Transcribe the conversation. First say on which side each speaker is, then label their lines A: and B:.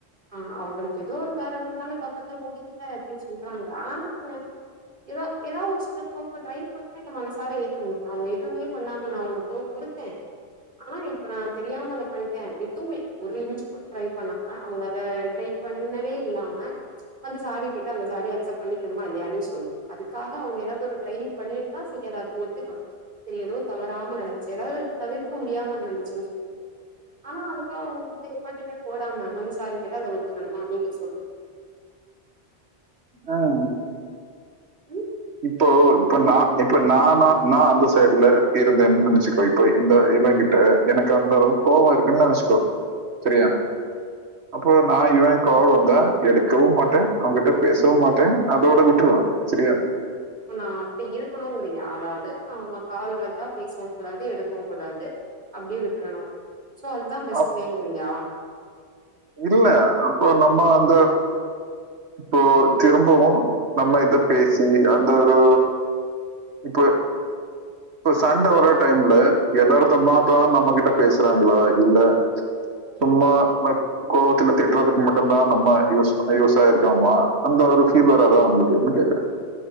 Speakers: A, on the right; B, on the right.
A: ஆ அவங்களுக்கு ஏதோ ஒரு காரணத்துனால காப்பத்த முடியல அப்டின்னு சொல்றாங்க ஆனா என்ன ஏதா ஏதா ஒன்னு சொல்ல <inaudible> ட்ரை பண்ணிட்டே இருக்கு மனசு கரை ஏத்தனு அவே எதுவுமே பண்ணாம நா ஒனக் கோ குடுத்தே ஆனா இப்ப நா தெரியாம அத பண்டே எதுமே ஒரு இன்ச்சி கூட ட்ரை பண்ணாம அவுங்க அத ட்ரை பண்ணவே இல்லாம வந்து சாரி கேட்டா அந்த சாரி அக்சப்ட் பண்ணிகணுமா இல்லையா நீ சொல் அதுக்காக அவுங்க எதாவது ஒரு ட்ரை பண்ணிருந்தா சுகேலாப் ஒத்துக்கலா சேரி எதோ தவறாம நடந்துச்சு அதாவது தவிர்க்க முடியாம நடந்துச்சுனு சொல்லிட்டு ஆனா அதுக்காக அவுங்க எந்த எஃபட்டுமே போடாம வந்து சாரினு கேட்டா அத ஒத்துக்கணுமா நீனே சொல்லு
B: ஆம்
A: ம்
B: இப்போ இப்ப நா இப்ப நாம நா அந்த சைட்ல இருந்தனு நெனச்சுக்கோ இப்போ இந்த இவ கிட்ட எனக்கு அந்த அளவுக் கோவோ இருக்குனு நெனச்க்கோ சரியா
A: ம்
B: அப்போ நா இவ கால் வந்தா எடுக்கவு மாட்ட அவ கிட்ட பேசவு மாட்ட அதோட விட்ருவ சரியா
A: நா அப்டி இருக்கணுங்கிரியா அதாவது நா அவுங்க கால் வந்தா பேசவு குடாது எடுக்கவு குடாது அப்டே விட்றணு சோ அதுதா பெஸ்ட்
B: அப்-
A: வேங்குறியா
B: இல்ல அப்போ நம்ம
A: ம்
B: அந்த இப்போ திரும்பவு நம்ம இத பேசி அந்த ஒரு இப்ப இப்ப சண்ட வர டைம்ல எதார்த்தமாதா
A: ம்
B: நம்ப கிட்ட பேசறாங்ளா இல்ல சும்மா லவ் கோவத்துல திட்றதுக்கு மட்டுதா நம்ம யூஸ் யூஸ் ஆயிருக்கோமா அந்த ஒரு ஃபீல் வராதா அவுங்களுக்குன்னு கேக்கற